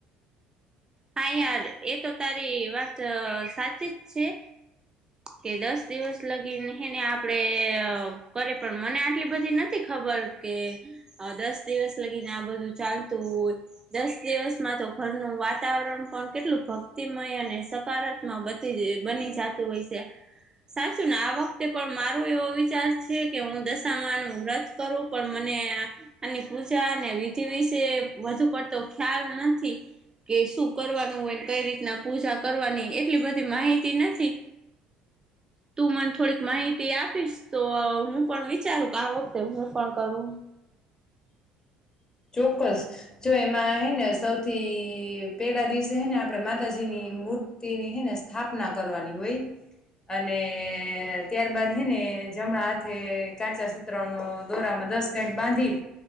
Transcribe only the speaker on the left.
<inaudible>
<inaudible> ચોક્કસ જો એમાં હે ને સૌથી પેલા દિવસે હે ને આપણેે માતાજીની મૂર્તિની હે ને સ્થાપના કરવાની હોય અને ત્યારબાદ હે ને જમણા હાથે કાચા સુતરાનો દોરામાં દસ ગઠ બાંધી